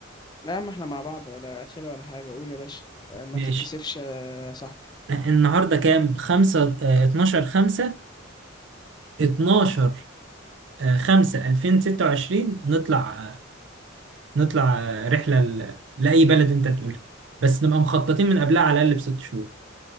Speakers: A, on the left (about 20°); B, on the right (about 65°).
A: لا ما احنا مع بعض ولا اخره ولا حاجة قول يا باشا ما
B: ماشي
A: تتكسفش يا صاحبي
B: آه، النهارده كام 5 آه 12 5 12 آه 5 2026 نطلع آه نطلع آه رحله ل... لاي بلد انت تقولها بس نبقى مخططين من قبلها على الاقل بست شهور